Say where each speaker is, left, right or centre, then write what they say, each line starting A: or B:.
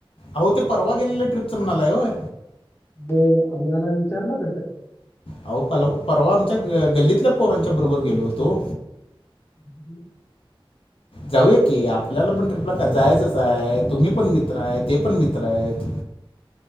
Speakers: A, on the left; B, on the left.
A: आहो ते परवा गेलेल्या ट्रिपच म्हणालाय होय,
B: म आम्हाला विचारल तर का,
A: अहो पर परवा आमच्या गल्लीतल्या पोरांच्या बरोबर गेलो होतो.
B: हम्
A: जाऊय की, आपल्याला पण ट्रिपला का जायचंच हाय, तुम्ही पण मित्र आहे, ते पण मित्र मित्र आहेत.